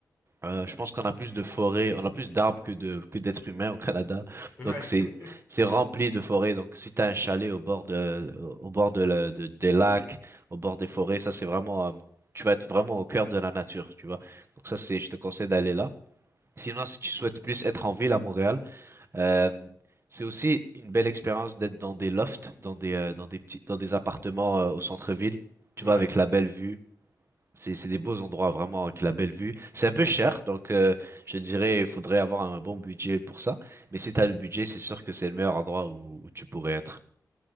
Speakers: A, on the right; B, on the left.
A: Euh, je pense qu'on a plus de forêts, on a plus d'arbres que de que d'êtres humains au Canada.
B: Ouais.
A: Donc c'est
B: <laughs>
A: c'est rempli de forêts. Donc si t'as un chalet au bord de au bord de, la- de- des lacs, au bord des forêts, ça c'est vraiment euh, tu vas être vraiment au cœur de la nature, tu vois. Donc ça c'est je te conseille d'aller là. Sinon si tu souhaites plus être en ville à Montréal, euh, c'est aussi une belle expérience d'être dans des lofts, dans des, euh, dans des petits, dans des appartements euh, au centre-ville. Tu
B: Ouais.
A: vois, avec la belle vue. C'est, c'est des beaux endroits vraiment avec la belle vue. C'est un peu cher, donc euh, je dirais il faudrait avoir un bon budget pour ça. Mais si t'as le budget, c'est sûr que c'est le meilleur endroit où, où tu pourrais être.